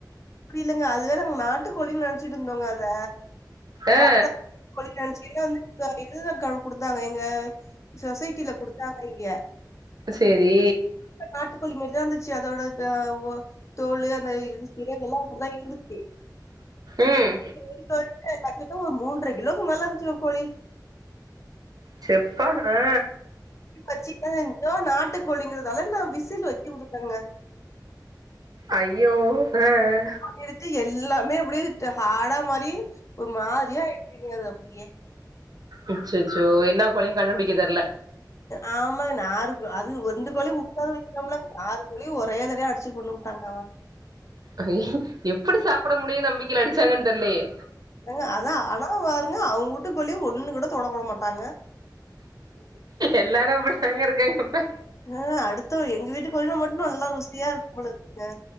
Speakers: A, on the left; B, on the right.
A: புரியலங்க அது வேற நாங்க நாட்டுக்கோழின்னு நெனச்சிட்டு இருந்தோங்க அத
B: ஆ
A: பாத்தா <inaudible> கோழின்னு நெனச்சுக்கினே வந்து இன்னோரு அக்கா வந்து குடுத்தாங்க எங்க சொசைட்டில குடுத்தாங்க இங்க
B: சேரி
A: நாட்டுக்கோழி மாரிதா இருந்துச்சு அதோட இந்த ஒ தோலு அந்த இது இறகுல்லா அப்டிதா இருந்துச்சு
B: ம்
A: செரின்னு சொல்லிட்டு கரெக்டா ஒரு மூன்றரை கிலோக்கு மேலா இருந்துச்சுங்க கோழி
B: செப்பா ஆ
A: வச்சிடேங்க நாட்டு கோழிங்கிறதால நா விசில் வச்சு விட்டுட்டேங்க
B: அய்யோ ஆ ஆ
A: இதுக்கு எல்லாமே அப்டியே ஹாடா மாரி ஒரு மாரியா ஆயிடுச்சிங்க அது அப்டியே
B: அச்சச்சோ என்ன கோழின்னு கண்டுபிடிக்க தெர்ல
A: ஆமாங்க நாருது அது ரெண்டு கோழி முப்பது விட்டோம் இல்லங்க ஆறு கோழியு ஒரே தடவயா அடிச்சு கொன்னு டாங்க
B: அய்யே எப்டி சாப்ட முடியுன்னு நம்பிக்கேல அடிச்சாங்கன்னு தெரிலையே
A: ஏங்க அதா ஆனா பாருங்க அவுங்கவூட்டக்கோழிய ஒண்ணு கூ தொடக்கூட மாட்டாங்க
B: எல்லாரு அப்டிதாங்க இருக் காங்க அப்ப
A: ஆ அடுத்த எங்க வீட்டு கோழின்னா மட்டு நல்லா ருசியா இருக்கும் போல இருக்குங்க